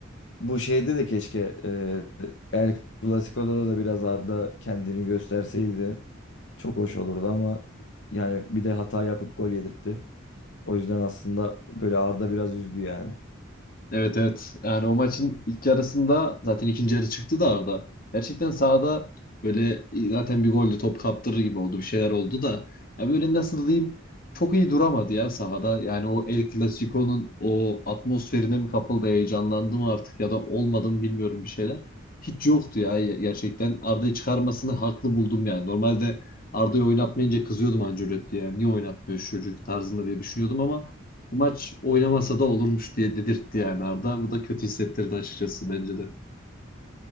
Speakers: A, on the left; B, on the left.
A: Bu şeyde de keşke e, El Clasico'da da biraz Arda kendini gösterseydi çok hoş olurdu ama yani bir de hata yapıp gol yedirtti. O yüzden aslında böyle Arda biraz üzdü yani.
B: Evet evet. Yani o maçın ilk yarısında zaten ikinci yarı çıktı da Arda. Gerçekten sahada böyle zaten bir golle top kaptırır gibi oldu. Bir şeyler oldu da. Ya böyle nasıl diyeyim çok iyi duramadı ya sahada. Yani o El Clasico'nun o atmosferine mi kapıldı, heyecanlandı mı artık ya da olmadı mı bilmiyorum bir şeyler. Hiç yoktu ya gerçekten. Arda'yı çıkarmasını haklı buldum yani. Normalde Arda'yı oynatmayınca kızıyordum Ancelotti'ye. Niye oynatmıyor şu çocuk tarzında diye düşünüyordum ama bu maç oynamasa da olurmuş diye dedirtti yani Arda. Bu da kötü hissettirdi açıkçası bence de.